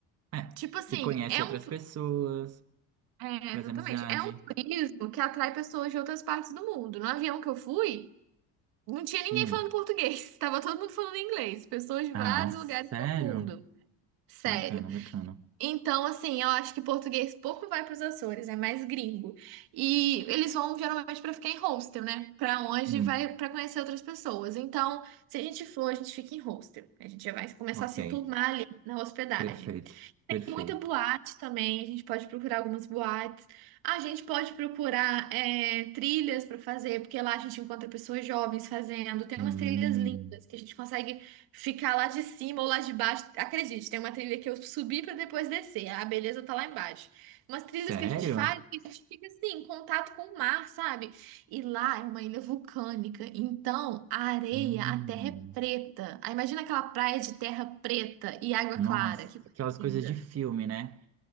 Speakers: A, on the right; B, on the right.
A: É,
B: Tipo assim,
A: que conhece
B: é
A: outras
B: um. tu-
A: pessoas,
B: É,
A: faz
B: exatamente.
A: amizade.
B: É um turismo que atrai pessoas de outras partes do mundo. No avião que eu fui, não tinha ninguém
A: Hum.
B: falando português, <laughs> tava todo mundo falando inglês, pessoas de
A: Ah,
B: vários
A: sério?
B: lugares do mundo. Sério.
A: Bacana, bacana.
B: Então, assim, eu acho que português pouco vai para os Açores, é mais gringo. E eles vão geralmente para ficar em hostel, né? Para onde
A: Hum,
B: vai para conhecer outras pessoas. Então, se a gente for, a gente fica em hostel. A gente já vai começar
A: ok.
B: a se enturmar ali na hospedagem.
A: Perfeito,
B: Tem
A: perfeito.
B: muita boate também, a gente pode procurar algumas boates. A gente pode procurar é, trilhas para fazer, porque lá a gente encontra pessoas jovens fazendo. Tem
A: Hum,
B: umas trilhas lindas que a gente consegue ficar lá de cima ou lá de baixo. Acredite, tem uma trilha que eu subi para depois descer. A beleza tá lá embaixo. Umas trilhas
A: sério?
B: que a gente faz que a gente fica assim, em contato com o mar, sabe? E lá é uma ilha vulcânica, então a areia,
A: Hum,
B: a terra é preta. Aí imagina aquela praia de terra preta e água
A: nossa,
B: clara, que coisa
A: aquelas
B: linda.
A: coisas de filme, né?